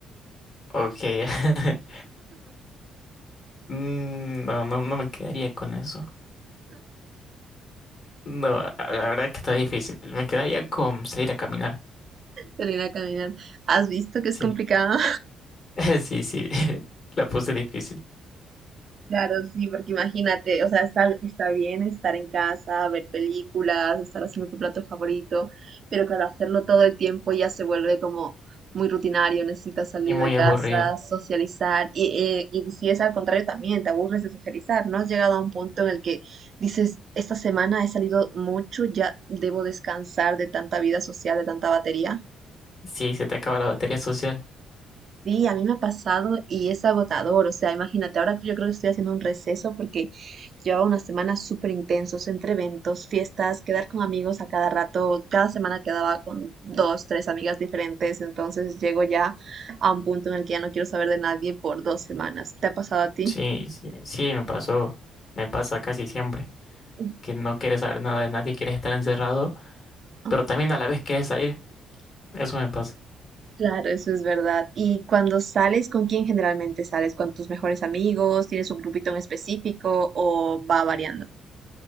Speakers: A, on the left (about 45°); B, on the right (about 50°).
A: Ok. <laughs> Mm, No, no, no me quedaría con eso. No, la verdad es que está difícil. Me quedaría con salir a caminar.
B: salir a caminar. ¿Has visto que es
A: Sí,
B: complicado?
A: <laughs> sí, sí. <laughs> La puse difícil
B: Claro, sí, porque imagínate, o sea, está, está bien estar en casa, ver películas, estar haciendo tu plato favorito, pero claro, hacerlo todo el tiempo ya se vuelve como muy rutinario, necesitas salir
A: y muy
B: de casa,
A: aburrido.
B: socializar, y, eh, y si es al contrario también, te aburres de socializar, ¿no? Has llegado a un punto en el que dices, esta semana he salido mucho, ya debo descansar de tanta vida social, de tanta batería.
A: Sí, se te acaba la batería social.
B: Sí, a mí me ha pasado y es agotador. O sea, imagínate, ahora yo creo que estoy haciendo un receso porque llevaba unas semanas súper intensos entre eventos, fiestas, quedar con amigos a cada rato. Cada semana quedaba con dos, tres amigas diferentes. Entonces llego ya a un punto en el que ya no quiero saber de nadie por dos semanas. ¿Te ha pasado a ti?
A: Sí, sí, sí, me pasó. Me pasa casi siempre.
B: Y
A: Que no quieres saber nada de nadie, quieres estar encerrado,
B: Ah,
A: pero también a la vez quieres salir. Eso me pasa.
B: Claro, eso es verdad. ¿Y cuando sales, con quién generalmente sales? ¿Con tus mejores amigos? ¿Tienes un grupito en específico o va variando?